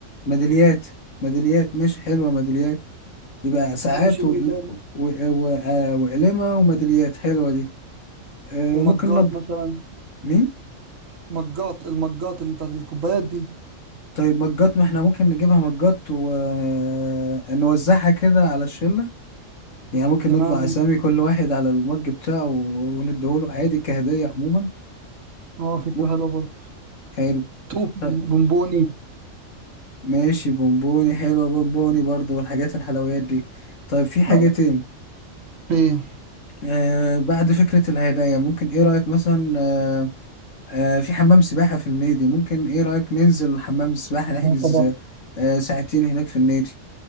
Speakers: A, on the left; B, on the right.
A: ميداليات ميداليات ماشي حلوة ميداليات يبقى ساعات
B: ماشي وايه
A: و...
B: تاني
A: و... و... آه، وقلمة وميداليات حلوة دي آه،
B: ومجات
A: ممكن نض
B: مثلا
A: مين؟
B: مجات المجات اللي بتاعت الكوبايات دي
A: طيب مجات ما احنا ممكن نجيبها مجات ونوزعها كده على الشلة يعني ممكن
B: تمام
A: نطبع أسامي كل واحد على المج بتاعه و- ونديهوله عادي كهدية عموما
B: اه فكرة
A: م-
B: حلوة برضه
A: حلو
B: توفي
A: طيب
B: بونبوني
A: ماشي بونبوني حلو بونبوني برضه والحاجات الحلويات دي طيب في حاجة
B: آه،
A: تاني
B: ايه
A: آه بعد فكرة الهدايا ممكن ايه رأيك مثلا آه، آه، في حمام سباحة في النادي ممكن ايه رأيك ننزل حمام السباحة نحجز
B: اه طبعا
A: آه، ساعتين هناك في النادي